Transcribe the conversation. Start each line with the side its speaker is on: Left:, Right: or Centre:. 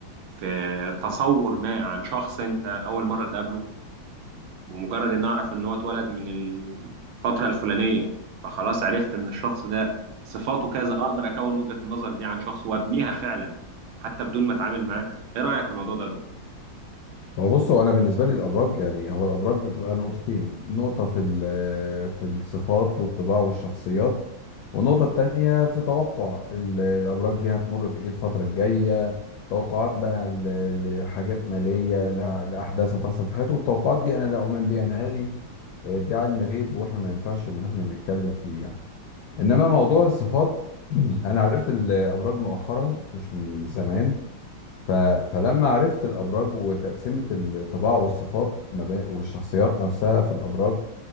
Right: في تصور ما عن شخص أنت أول مرة تقابله بمجرد ان اعرف ان هو اتولد من الفتره الفلانيه فخلاص عرفت ان الشخص ده صفاته كذا اقدر اكون وجهه النظر دي عن شخص وابنيها فعلا حتى بدون ما اتعامل معاه ايه رايك في الموضوع ده يا دكتور
Left: هو بص هو انا بالنسبه لي الابراج يعني هو الابراج بتبقى نقطتين نقطه في ال- في الصفات والطباع والشخصيات والنقطه التانية في توقع ال- الابراج دي هتمر بايه الفتره الجايه توقعات بقى ل- لحاجات ماليه ل- لاحداث هتحصل في حياته والتوقعات دي انا لا اؤمن بيها نهائي آه، دي علم غيب واحنا ما ينفعش ان احنا نتكلم فيه يعني انما موضوع الصفات <clears throat> انا عرفت الابراج مؤخرا مش من زمان ف... فلما عرفت الابراج وتقسيمه الطباع والصفات ما بين والشخصيات نفسها في الابراج